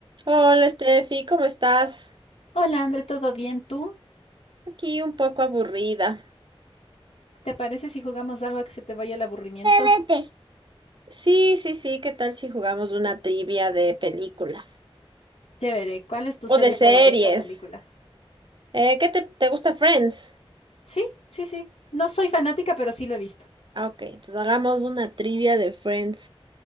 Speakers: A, on the right (about 50°); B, on the left (about 80°).
A: Hola, Steffi, ¿cómo estás?
B: Hola, André, ¿todo bien? ¿Tú?
A: Aquí un poco aburrida.
B: ¿Te parece si jugamos algo a que se te vaya el aburrimiento?
A: Vete. Sí, sí, sí, ¿qué tal si jugamos una trivia de películas
B: Chévere. ¿Cuál es tu
A: o
B: serie
A: de series?
B: favorita, o película?
A: Eh, ¿qué te, te gusta Friends?
B: Sí, sí, sí. No soy fanática, pero sí lo he visto.
A: Ah, ok, entonces hagamos una trivia de Friends.